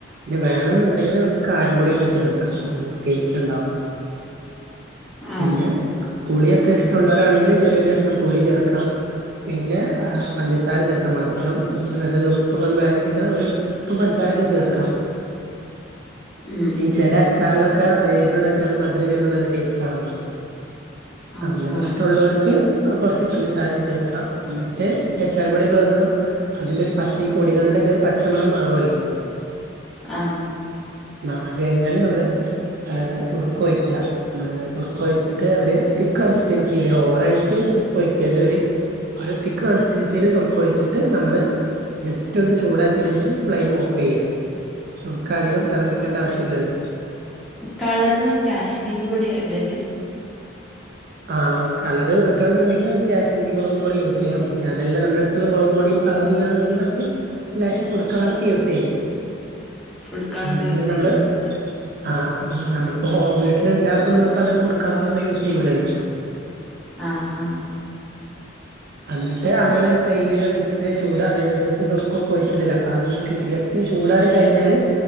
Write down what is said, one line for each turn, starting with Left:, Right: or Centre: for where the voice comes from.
Right: ഞ്ഞി വേണംന്ന്ണ്ടെങ്കില് നമുക്ക് കായം പൊടിയൊക്കെ ചേർക്കാം. ഒന്നൂടെ ടേസ്റ്റ്ണ്ടാവും.
Centre: ആഹ്
Right: പിന്നെ പുളിയൊക്കെഷ്ടൊള്ളോരാണെങ്കില് ചെറിയൊരു കഷ്ണം പുളി ചേർക്കാം. പിന്നെ ആഹ് പഞ്ചസാര ചേർക്കാം മധ് രം ഒന്നത് ഉപ്പൊക്കെ ഒന്ന് ബാലൻസിക്ക രം ഒര് പ്പ്, പൻസാരൊക്കെ ചേർക്കാം.
Centre: ഉം
Right: നി
Centre: ഉം
Right: ചെല അ- ച്ചാർ ലൊക്കെ എരുള്ള അച്ചാർല് മധ് രം വെര്മ്പം നല്ല ടേസ്റ്റാണല്ലൊ
Centre: ആഹ്
Right: അങ്ങനെ
Centre: ആഹ്
Right: ഇഷ്ടള്ളോര്ക്ക് കൊർച്ച് പഞ്ചസാരയും ചേർക്കാം. ന്ന്ട്ട് എച്ചാർപ്പൊടിയൊക്കെ ഒന്നു അതിന്റെ ഒര് പച്ച ഈ പൊടികൾടെ ഒക്കെ ഒര് പച്ചമണം മാറുവല്ലൊ.
Centre: ആഹ്.
Right: ന്നാ അത് കഴിഞ്ഞാല് നമ്മള് ഏഹ് സുർക്ക് ഒഴിക്കാ. മ്മള് സുർക്ക ഒഴിച്ചിട്ട് ഒര് തിക്കൺ സ്റ്റേൻസില്ലെ ഓവറായിട്ട് സുർക്ക ഒഴിക്കര്ത് ഒര് ഒര് തിക്ക് കൺസ്റ്റെൻസില് സുർക്കൊഴിച്ചിട്ട് നമ്മള് - ജസ്റ്റ് ഒന്ന് ചൂടാക്കിയന് യേഷം ഫ്ലെയിമ് ഓഫെയ്യാ. സുർക്ക അധികം തെളപ്പിക്കേണ്ട ആവശ്യല്ലല്ലൊ.
Centre: കളർന് കാശ്മീരി പൊടിയാ ഇടല്.
Right: ആഹ് കളറ് കിട്ടെണെന്ന്ണ്ടെങ്കി നമുക്ക് കാശ്മീരി മുളക് പോടി യൂസെയ്യാം. ഇനി അതല്ല നമ്മടെ അട്- ക്ക് ള്ളെ മൊളക്‌പൊടീം കളറ് ല്ലന്ന് ണ്ടെങ്കി നമുക്ക് ലേശം ഫുഡ് കളറ് ക്കെ യൂസെയ്യാ.
Centre: ഫുഡ് കളർ
Right: അത് പിന്നെ
Centre: യൂസ്
Right: നമ്മള്
Centre: ചെയ്യുന്നില്ല
Right: ആഹ് നമ്മള്പ്പോ വീട്ട്ല് ണ്ടാക്കകുമ്പം നമ്മൾപ്പ അങ്ങനെ ഫുട്ക്കളാറൊന്നും യൂസെയ്യൂ ലല്ലൊ.
Centre: ആഹ് ആഹ്
Right: അന്ന്ട്ട് അമ്മള് ഇപ്പ ഈ ഒര് മിക്സ് ചോ - <unintelligible> സുർക്കൊക്കൊഴിച്ചതല്ല അതൊന്ന് ചു ജസ്റ്റ് ചൂടാറി കഴിഞ്ഞാല്.